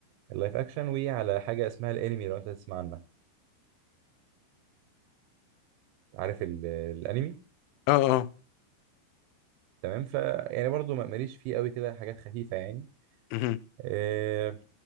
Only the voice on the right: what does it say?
اللايف اكشن وعلى حاجه اسمها الانمي لو انت تسمع عنها عارف ال... الانمي
تمام ف يعني برضو ما- ماليش فيه قوي كده حاجات خفيفه يعني
آه،